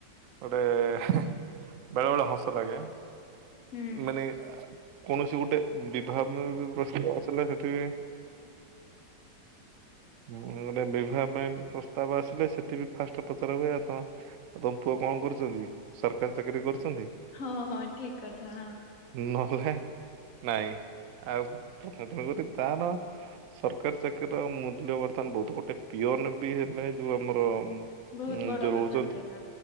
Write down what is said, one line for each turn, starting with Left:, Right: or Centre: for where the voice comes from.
Right: ଗୋଟେ ହେଁ ବେଳେବେଳେ ହସ ଲାଗେ,
Left: ହୁଁ
Right: ମାନେ କୌଣସି ଗୋଟେ ବିଭାହ <unintelligible> ପ୍ରସ୍ତାବ ଆସିଲେ ସେଠି ବି ମାନେ ବିବାହ ପାଇଁ ପ୍ରସ୍ତାବ ଆସିଲେ ସେଠି ବି ଫାଷ୍ଟ ପଚରା ହୁଏ, ଆରେ ତମ ଆଉ ତମ ପୁଅ କଣ କରୁଚନ୍ତି, ସରକାରୀ ଚାକିରୀ କରୁଛନ୍ତି?
Left: ହଁ ହଁ ଠିକ କଥା, ହଁ।
Right: ନହେଲେ ନାଇଁ, ଆଉ <unintelligible> ତେଣୁ କରି ତାର ସରକାରୀ ଚାକିରୀର ମୂଲ୍ୟ ବର୍ତ୍ତମାନ ବହୁତ। ଗୋଟେ ପିଅନ ବି ହେଲେ ଯୋଉ ଆମର ଉମ୍
Left: ବହୁତ ବଡ
Right: ଯୋଉ
Left: କଥା
Right: ରହୁଛନ୍ତି,
Left: ସେଇଟା।